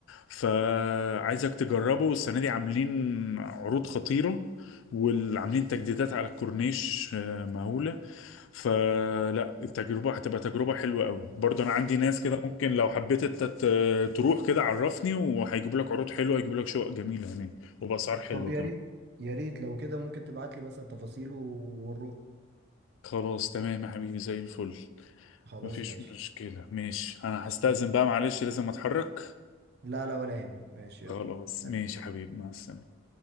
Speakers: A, on the left; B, on the right.
A: فعايزك تجربه السنة دي عاملين عروض خطيرة وعاملين تجديدات على الكورنيش آه، مهولة فلا التجربة هتبقى تجربة حلوة قوي برضه أنا عندي ناس
B: طب
A: كده ممكن لو حبيت أنت ت- تروح كده عرفني وهيجيبوا لك عروض حلوة هيجيبوا لك شقق جميلة هناك وبأسعار حلوة
B: طب يا
A: كمان
B: ريت يا ريت لو كده ممكن تبعت لي مثلا تفاصيله ونروح
A: خلاص تمام يا حبيبي زي الفل
B: خلاص
A: مفيش
B: ماشي
A: مشكلة ماشي أنا هستأذن
B: ماشي
A: بقى معلش لازم أتحرك
B: لا لا ولا يهم ماشي يلا
A: خلاص
B: سلام
A: ماشي يا حبيبي مع السلامة